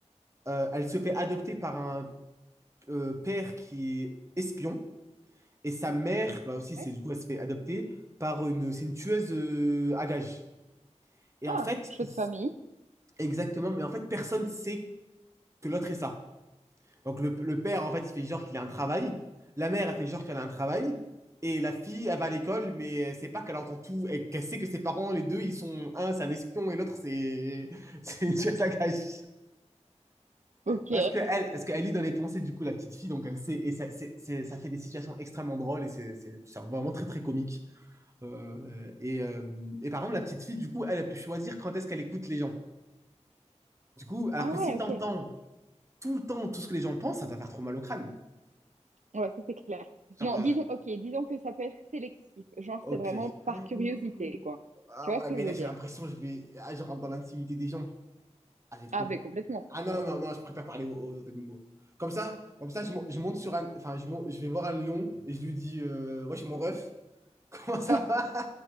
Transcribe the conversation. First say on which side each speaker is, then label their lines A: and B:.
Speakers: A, on the right (about 25°); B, on the right (about 85°).
A: Euh, elle se fait adopter par un euh, père qui est espion. Et sa mère, bah aussi, c'est
B: Ouais.
A: du coup, elle se fait adopter par une, c'est une tueuse euh, à gages. Et
B: Ah,
A: en fait,
B: choix
A: il-
B: de famille.
A: exactement, mais en fait, personne sait que l'autre est ça. Donc le, le père, en fait, il fait genre qu'il a un travail. La mère, elle fait genre qu'elle a un travail. Et la fille, elle va à l'école, mais elle sait pas qu'elle entend tout et qu'elle sait que ses parents, les deux, ils sont un, c'est un espion et l'autre, c'est <laughs> c'est une tueuse à gages.
B: Ok.
A: Parce que elle, parce qu'elle lit dans les pensées du coup la petite fille, donc elle sait et ça, c'est, c'est- ça fait des situations extrêmement drôles et c'est c'est- c'est vraiment très très comique. Euh, et, euh, et par exemple, la petite fille, du coup, elle a pu choisir quand est-ce qu'elle écoute les gens. Du coup, alors
B: Ah
A: que
B: ouais,
A: si t'entends
B: ok.
A: tout le temps tout ce que les gens pensent, ça va faire trop mal au crâne.
B: Ouais, ça c'est clair.
A: Genre,
B: Non,
A: euh,
B: disons, ok, disons que ça peut être sélectif. Genre,
A: ok.
B: c'est vraiment par
A: <gasps>
B: curiosité, quoi.
A: Ah
B: Tu vois
A: ouais,
B: ce que
A: mais
B: je
A: là,
B: veux
A: j'ai
B: dire?
A: l'impression que je vais. Ah, je rentre dans l'intimité des gens. Ah, c'est trop
B: Ah, mais
A: dur.
B: complètement.
A: Ah non, non, non, je préfère parler aux, aux autres animaux. Comme ça, comme ça je, mon- je monte sur un. Enfin, je, mon- je vais voir un lion et je lui dis euh, Wesh, mon ref. <laughs> Comment ça
B: <laughs>
A: va?